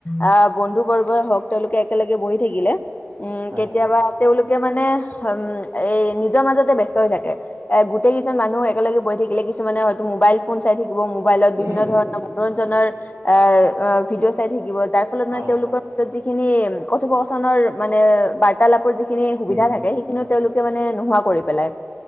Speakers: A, on the left; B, on the right.
A: আহ বন্ধু বৰ্গই হওক তেওঁলোকে একেলগে বহি থাকিলে উম
B: হয় হয়
A: কেতিয়াবা তেওঁলোকে মানে উম এই নিজ নিজৰ মাজতে ব্যস্ত হৈ থাকে এ গোটেই কেইজন মানুহ একেলগে বঢ়ি থাকিলে কিছুমানে হয়তো মোবাইল চাই থাকিব মুবাইলত বিভিন্ন
B: উম,
A: ধৰণৰ মনোৰজ্ঞনৰ এ ভিদিঅ চাই থাকিব যাৰ ফলত
B: হয়
A: মানে তেওঁলোকৰ মাজত যিখিনি কথোপথনৰ মানে বাৰ্তালাপৰ যিখিন যিখিনি সুবিধা
B: উম,
A: থাকে সেইখিনিও তেওঁলোকে মানে নোহোৱা কৰি পেলাই।